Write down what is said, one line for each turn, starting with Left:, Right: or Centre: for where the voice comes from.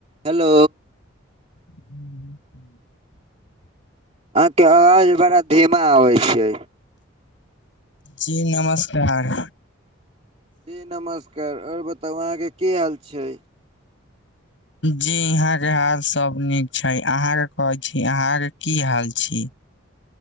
Right: Hello
Left: <inaudible>
Right: अहाँ के आवाज बड़ा धीमा आबै छै।
Left: जी नमस्कार
Right: जी नमस्कार और बताउ अहाँके की हाल छै?
Left: जी इहां के हाल सब नीक छै अहाॅं के कहै छी अहाॅं के की हाल छी?